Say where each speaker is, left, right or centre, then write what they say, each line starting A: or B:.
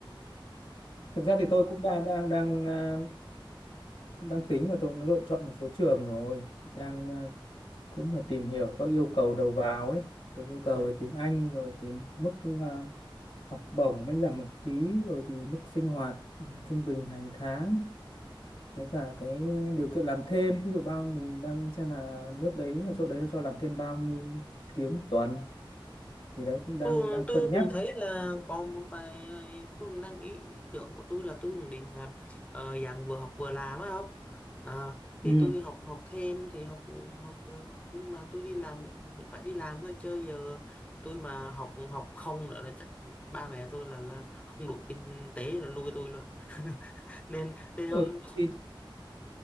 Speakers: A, on the left; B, on the left.
A: thực ra thì tôi cũng đang đang đang à, cũng đang tính và tôi lựa chọn một số trường rồi đang à, cũng là tìm hiểu các yêu cầu đầu vào ấy rồi yêu cầu
B: Ừ.
A: về tiếng Anh rồi tìm mức à, học bổng miễn giảm học phí rồi thì mức sinh hoạt trung bình hàng tháng với cả cái điều kiện làm thêm ví dụ bao mình đang xem là nước đấy ở chỗ đấy nó cho làm thêm bao nhiêu tiếng một tuần thì đấy cũng đang
B: tôi
A: đang
B: tôi
A: cân nhắc
B: cũng thấy là còn một vài tôi cũng đang ý ý tưởng của tôi là tôi cũng định là ờ, dạng vừa học vừa làm á không Ờ, thì
A: Ừ.
B: tôi học học thêm thì học học nhưng mà tôi đi làm mình, mình phải đi làm thôi chứ giờ tôi mà học học không nữa là chắc ba mẹ tôi là là không đủ kinh tế rồi nuôi tôi luôn ạ. <laughs> nên nên
A: ừ,
B: không
A: thì